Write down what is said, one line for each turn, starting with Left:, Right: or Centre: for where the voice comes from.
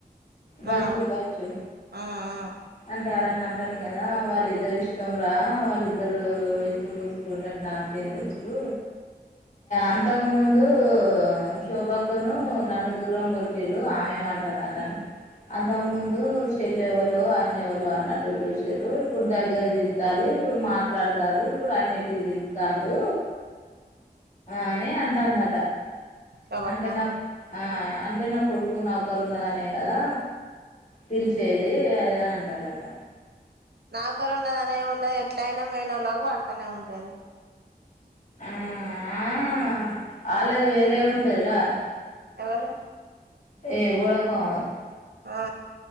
Left: బచ్చు
Right: ఆ
Left: బచ్చు
Right: ఆ ఆ
Left: అంటే ఎవరన్నా అంటాను కదా వాళ్ళు ఇద్దరు ఇష్టం రా వాళ్ళిద్దరు ఇచ్చి పూచ్చుకుంట నాకేం తెలుసు అంతకు ముందు శోభా అక్కను నన్ను దూరం కొట్టిల్లు ఆమెమంటున్నారుని అంతకు ముందు చెల్లె ఎవలో అన్నె ఎవలో అన్నట్టు చూసిర్రు ఇప్పుడు దగ్గర తీత్తాల్లు ఇప్పుడు మాట్లాడతారు ఇప్పుడు అన్నిటికి పిళ్తాండు ఆనే అంట అ ట
Right: శోభక్క
Left: అంటే నా ఆ అంటే నా కొడుకు నా ఒకరు ఉన్నదనే కదా పిలిచేది అదే అంటనరు
Right: నా కరు ఉన్నద అనే ఉండదు ఎట్ల అయినా మేనోళ్ళకి పడుతానే ఉంటది
Left: ఆ ఆ వాళ్ళది వేరే ఉంటదిరా
Right: ఎవలు
Left: ఏ గోడా కుమార్
Right: అ ఆ